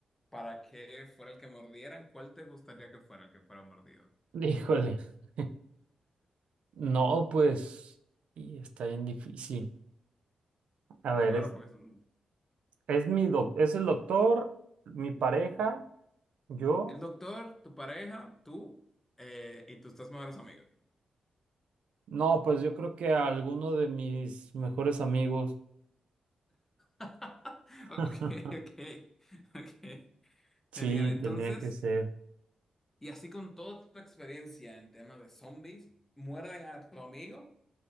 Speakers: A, on the left (about 15°); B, on the right (about 80°).
A: para que fuera el que mordieran, ¿cuál te gustaría que fuera el que fuera mordido?
B: Híjole. <laughs> No, pues, y está bien difícil. A
A: No,
B: ver,
A: claro,
B: es,
A: porque son
B: es mi doc- es el doctor, mi pareja, yo.
A: el doctor, tu pareja, tú eh, y tus dos mejores amigos.
B: No, pues yo creo que alguno de mis mejores amigos.
A: <laughs>
B: <laughs>
A: Ok, ok, ok.
B: Sí,
A: Genial. Entonces,
B: tendrían que ser.
A: y así con toda tu experiencia en tema de zombies, muerden a tu amigo,